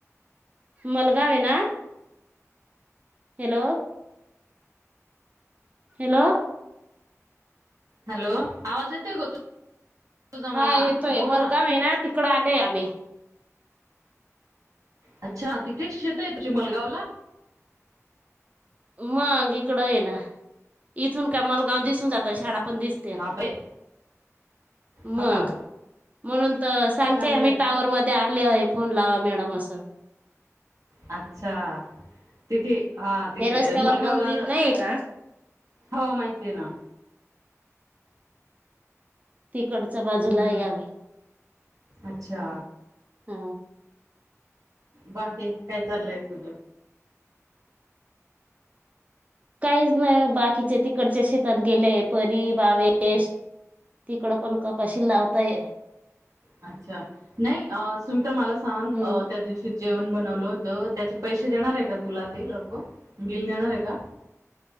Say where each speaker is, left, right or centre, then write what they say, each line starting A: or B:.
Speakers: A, on the right; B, on the right.
A: मलगाव आहे ना. हॅलो. हॅलो.
B: हॅलो आवाज येतय गो तू तुझा मला
A: हा येतोय
B: बोल
A: मलगाव
B: ना.
A: आहे तिकडं आले आहे आम्ही
B: अच्छा तिथेच शेत आहे तुझे मलगावला.
A: मग इकडं आहे ना इथून काय मलगाव दिसून जातं शाळा पण दिस
B: बापरे.
A: मग
B: हो का
A: म्हणून तर सांगते
B: चांगलंय
A: आम्ही पावर मध्ये. ते आले आहे फोन लावा मॅडम अस.
B: अच्छा तिथे हा तिथे
A: ते रस्त्यावर
B: मुळगावला
A: मंदिर नाही का
B: हो माहिती आहे ना.
A: तिकडच्या बाजूला
B: हम्म
A: आहे आम्ही
B: अच्छा.
A: ह
B: बाकी काय चाललंय तुझ?
A: काहीच नाही बाकीचे तिकडच्या शेतात गेलेय परी भावेश तिकड पण कपाशी लावताय.
B: अच्छा नाही सुमित्रा मला सांग
A: हम्म
B: त्या दिवशी जेवण बनवलं होतं त्याच्या पैसे देणार आहे का तुला ते लोक बिल देणार आहे का?